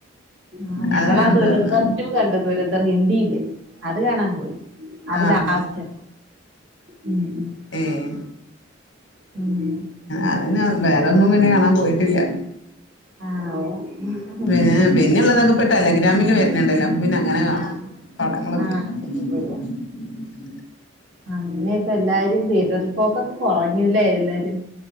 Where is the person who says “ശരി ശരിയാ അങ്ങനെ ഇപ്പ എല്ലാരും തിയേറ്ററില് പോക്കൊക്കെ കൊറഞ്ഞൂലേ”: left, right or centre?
Right